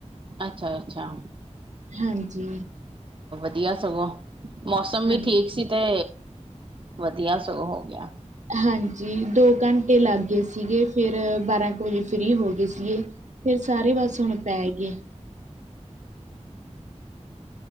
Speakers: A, on the right; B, on the right.
A: ਅੱਛਾ-ਅੱਛਾ।
B: ਹਾਂਜੀ।
A: ਵਧੀਆ ਸਗੋਂ, ਮੌਸਮ
B: ਹਾਂਜੀ
A: ਵੀ ਠੀਕ ਸੀ ਤੇ ਵਧੀਆ ਸਗੋਂ ਹੋ ਗਿਆ।
B: ਹਾਂਜੀ ਦੋ ਘੰਟੇ ਲੱਗ ਗਏ ਸੀਗੇ, ਫੇਰ ਬਾਰਾਂ ਕੁ ਵਜੇ ਫ੍ਰਰੀ ਹੋ ਗਏ ਸੀਗੇ। ਫੇਰ ਸਾਰੇ ਬੱਸ ਹੁਣ ਪੈ ਗਏ।